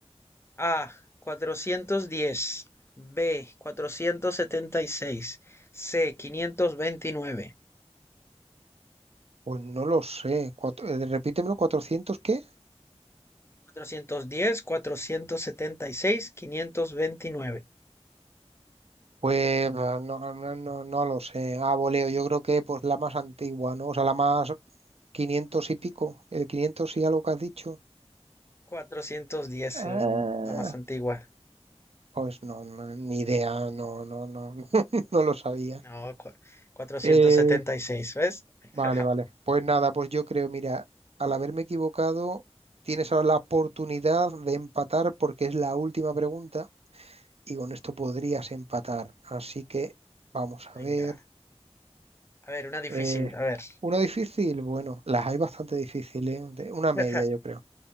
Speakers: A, on the left; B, on the right.
A: A, cuatrocientos diez B, cuatrocientos setenta y seis C, quinientos veintinueve
B: pues no lo sé. Cuatro- eh, repítemelo, cuatrocientos qué?
A: cuatrocientos cuatrocientos diez cuatrocientos setenta y seis quinientos veintinueve
B: Pues ah, no, no, no, no lo sé. A voleo, yo creo que pues la más antigua, ¿no? O sea, la más quinientos y pico, el 500 y algo que has dicho.
A: cuatrocientos diez
B: Ah,
A: era la más antigua.
B: Pues no, no, ni idea, no, no, no, <laughs> no lo sabía.
A: No, cuatrocientos
B: Eh,
A: setenta y seis ¿ves? <laughs>
B: vale, vale. Pues nada, pues yo creo, mira, al haberme equivocado, tienes ahora la oportunidad de empatar porque es la última pregunta y con esto podrías empatar. Así que vamos a
A: Venga.
B: ver.
A: A ver, una difícil.
B: Eh,
A: A ver.
B: una difícil, bueno, las hay bastante difíciles, ¿eh? De- Una media,
A: <laughs>
B: yo creo.